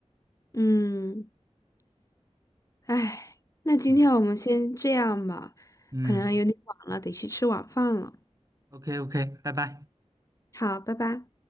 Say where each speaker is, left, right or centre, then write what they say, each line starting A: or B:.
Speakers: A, on the left; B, on the right.
A: 嗯，哎，那今天我们先这样吧，
B: 嗯嗯
A: 可能有点晚了，得去吃晚饭了。
B: ，OK OK，拜拜。
A: 好，拜拜。